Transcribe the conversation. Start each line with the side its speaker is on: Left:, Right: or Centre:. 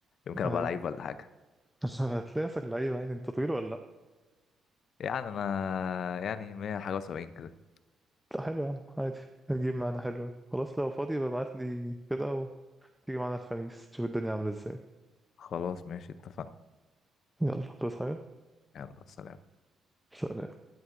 Left: يمكن
Centre: أيوه
Left: ابقى لعيب ولا حاجة
Centre: <laughs> هتلاقي شكل لعيب عادي انت طويل ولا لا
Left: يعني انا يعني 100 حاجة وسبعين كده
Centre: لا حلو يا عم عادي هتجيب معانا حلو خلاص لو فاضي ببعت لي كده وتيجي معانا الخميس تشوف الدنيا عاملة ازاي
Left: خلاص ماشي اتفقنا
Centre: يلا تصحى حاجة
Left: يلا سلام
Centre: سلام